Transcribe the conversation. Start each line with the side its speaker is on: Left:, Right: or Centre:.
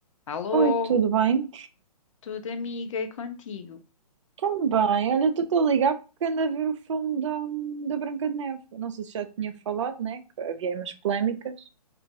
Left: Alô,
Right: Oi, tudo bem?
Left: tudo amiga e contigo?
Right: Também. Olha, tu estou a ligar porque ando a ver o filme da, da Branca de Neve. Eu Não sei se já tinha falado, né? Que havia aí umas polémicas.